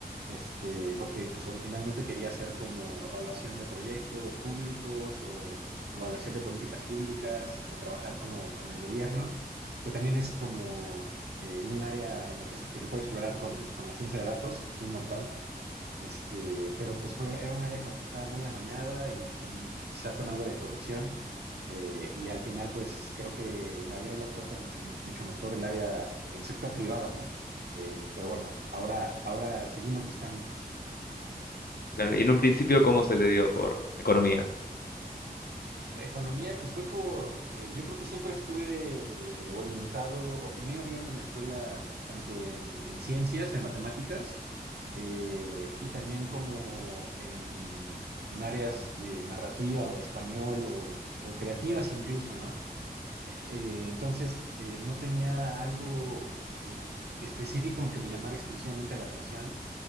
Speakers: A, on the right (about 80°); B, on the left (about 70°).
A: este, porque pues originalmente quería hacer como evaluación de proyectos públicos o evaluación de políticas públicas o trabajar como en el gobierno, que también es como eh, un área en la que, s- que se puede explorar con, con la ciencia de datos, pues un montón. Este, pero pues fue, era un área como que estaba muy amañada y con, quizá con algo de corrupción. eh, y al final, pues creo que me abrieron las puertas mucho, mucho mejor el área, el sector privado, ¿no? Eh, pero bueno, ahora, ahora seguimos buscando.
B: Claro, y en un principio, ¿cómo se te dio por economía?
A: Economía, pues fue por, eh, yo creo que siempre estuve eh, orientado, o- me iba bien en la escuela, pues, tanto en, en ciencias, en matemáticas, eh, y también como en, en áreas de narrativa o español o, o creativas incluso, ¿no? Eh, entonces, eh, no tenía algo eh, específico que me llamara exclusivamente la atención.